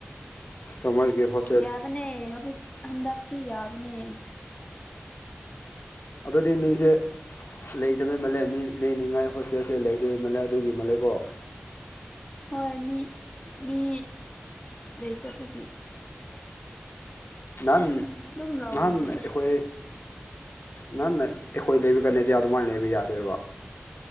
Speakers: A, on the left; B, on the left.
A: ꯀꯃꯔꯁꯒꯤ ꯍꫭꯁ__
B: ꯌꯥꯕꯅꯦ ꯍꯧꯖꯤꯛ ꯍꯟꯗꯛꯇꯤ ꯌꯥꯕꯅꯦ
A: ꯑꯗꯨꯗꯤ ꯃꯤꯍꯦ ꯂꯩꯇꯕꯩ ꯃꯥꯜꯂꯦ ꯃꯤ ꯂꯩꯍꯟꯅꯤꯡꯉꯥꯏ ꯍꯣꯁꯇꯦꯜꯁꯦ ꯂꯩꯇꯕꯩ ꯃꯜꯂꯦ ꯑꯗꯨꯒꯤ ꯃꯥꯜꯂꯦꯀꯣ
B: ꯍꯣꯏ ꯃꯤ ꯃꯤ ꯂꯩꯇꯕꯒꯤ
A: ꯅꯍꯥꯟ
B: ꯑꯗꯨꯝ ꯂꯧꯕꯅꯦ
A: ꯅꯍꯥꯟ ꯑꯩꯈꯣꯏ ꯅꯥꯍꯟ ꯑꯩꯈꯣꯏ ꯂꯩꯕꯀꯥꯟꯗꯗꯤ ꯑꯗꯨꯃꯥꯏꯅ ꯂꯩꯕ ꯌꯥꯗꯦꯕ